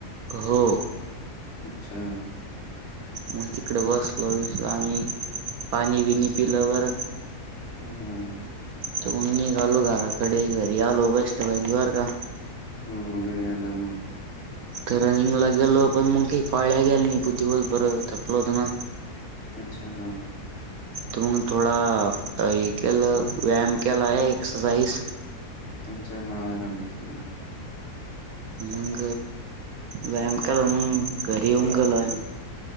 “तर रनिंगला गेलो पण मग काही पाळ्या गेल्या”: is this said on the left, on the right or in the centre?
Right